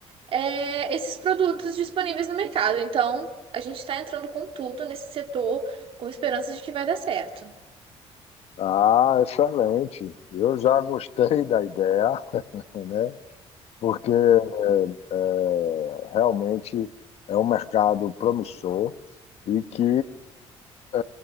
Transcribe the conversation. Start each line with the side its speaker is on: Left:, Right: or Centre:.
Right: é, esses produtos disponíveis no mercado. Então, a gente está entrando com tudo nesse setor com esperança de que vai dar certo.
Left: ah, excelente. Eu já gostei da ideia, né? porque é, realmente é um mercado promissor e que é,